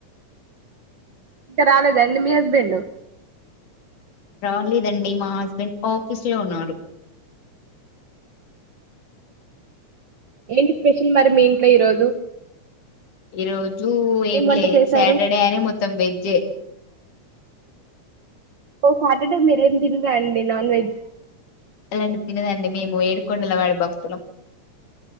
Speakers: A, on the right; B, on the left.
A: ఇంకా రాలేదా అండి మీ హస్బెండ్
B: రాలేదండి మా హస్బెండ్ ఆఫీస్ లో ఉన్నారు
A: ఏంటి స్పెషల్ మరి మీ ఇంట్లో ఈరోజు
B: ఈ రోజు ఏం
A: వంట
B: లే
A: చేశారు
B: సాటర్డే అని మొత్తం వెజ్జే
A: ఓహో సాటర్డేస్ మీరేం తినరా అండి నాన్ వెజ్
B: ఎలేండి తినదండి మేము ఏడుకొండల వాడి భక్తులం